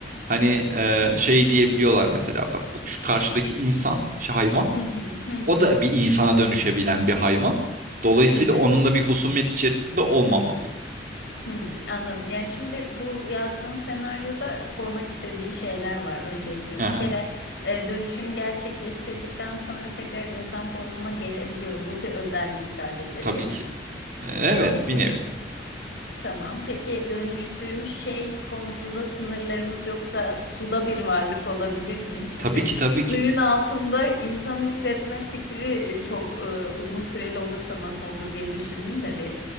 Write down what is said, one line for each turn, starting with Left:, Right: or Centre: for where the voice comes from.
Right: hani e, şey diyebiliyorlar mesela bak bu şu karşıdaki insan, şu hayvan
Left: Hı hı. Hı hı.
Right: o da bir insana dönüşebilen bir hayvan. Dolayısıyla
Left: Evet.
Right: onun da bir husumet içerisinde olmamalıyım.
Left: Hı, anladım. Yani şimdi bu yazdığın senaryoda sormak istediğim şeyler var öncelikle.
Right: Aha,
Left: Bir kere e, dönüşüm gerçekleştirdikten sonra tekrar insan formuma gelebiliyorum. Bu bir özellik sadece,
Right: tabii
Left: değil mi?
Right: ki. E, Evet
Left: Okey.
Right: bir nevi.
Left: Tamam. Peki dönüştüğüm şey konusunda sınırlarımız yoksa suda bir varlık olabilir miyim? Çünkü
Right: Tabii ki tabii
Left: suyun
Right: ki.
Left: altında insan hissetme fikri e, çok e, uzun süreli olursa nasıl olur diye düşündüm de bir